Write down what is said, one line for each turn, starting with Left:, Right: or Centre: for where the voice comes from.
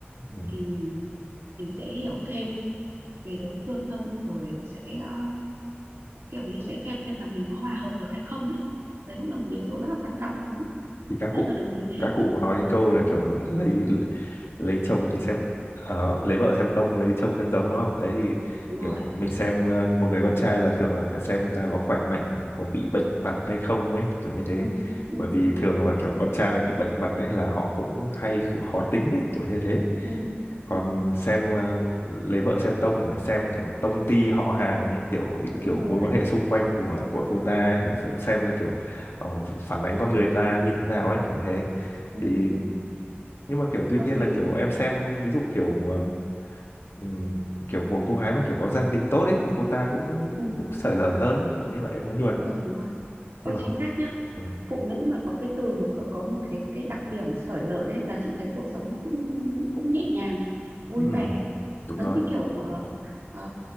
Left: ừ.
Right: thì mình sẽ hiểu thêm về đối phương hơn rồi sẽ ờ, kiểu như sẽ xem xem là mình có hòa hợp được hay không ấy đấy cũng là một yếu tố rất là quan trọng đúng
Left: thì các cụ
Right: rất là đồng ý với
Left: các
Right: em
Left: cụ nói cái câu là kiểu là lấy lấy chồng thì xem ờ, lấy vợ xem tông lấy chồng xem giống đúng không đấy thì
Right: đúng
Left: kiểu
Right: rồi
Left: mình xem ờ, một người con trai là thường là phải xem người ta có khỏe mạnh à, có bị bệnh vặt hay không ấy kiểu như thế
Right: ừ ừ
Left: bởi vì thường là kiểu con trai mà bị bệnh vặt đấy là họ cũng hay kiểu khó tính ấy kiểu như thế
Right: ừ
Left: còn
Right: ừ
Left: xem ờ, lấy vợ xem tông thì phải xem kiểu tông ty họ hàng ấy kiểu những
Right: đúng
Left: kiểu mối
Right: rồi
Left: quan hệ xung quanh của của cô ta để xem xem là kiểu ờ, phản ánh con người ta như thế nào ấy kiểu như thế
Right: ừ
Left: thì
Right: ừ
Left: nhưng mà kiểu tuy
Right: hợp
Left: nhiên
Right: lý
Left: là kiểu em xem ví dụ kiểu ờm, ừm, kiểu một cô gái mà kiểu có gia đình tốt ấy thì cô ta cũng
Right: ừ
Left: cũng xởi lời hơn kiểu như vậy em muốn nhưng
Right: đúng
Left: mà
Right: rồi đúng rồi ôi
Left: nhưng mà
Right: chính
Left: cũng
Right: xác nhá
Left: ừ,
Right: phụ nữ mà có cái từ một có, có một cái cái đặc điểm xởi lởi đấy là chị thấy cuộc sống nó cũng cũng cũng nhẹ nhàng vui
Left: ừ,
Right: vẻ
Left: đúng
Right: giống
Left: rồi
Right: như kiểu ờ, ờ,